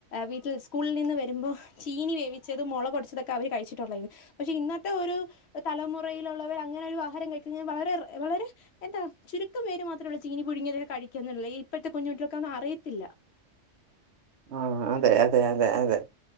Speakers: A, on the left (about 65°); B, on the right (about 65°).
A: വീട്ടിൽ സ്കൂളിൽ നിന്ന് വരുമ്പോ ചീനി വേവിച്ചതും മുള കൊടിച്ചതൊക്കെ അവര് കഴിച്ചിട്ടുള്ളായിരുന്നു. പക്ഷെ ഇന്നത്തെ ഒരു തലമുറയിലുള്ളവർ അങ്ങനെ ഒരു ആഹാരം കഴിക്കാൽ വളരെ വളരെ. എന്താ ചുരുക്കം പേര് മാത്രമുള്ള ചീനി പുഴുങ്ങിയതൊക്കെ കഴിക്കുകന്നുള്ള ഇപ്പഴത്തെ കുഞ്ഞുട്ടികൾക്കൊന്നും അറിയത്തില്ല.
B: ആ അതെ അതെ അതെ അതെ.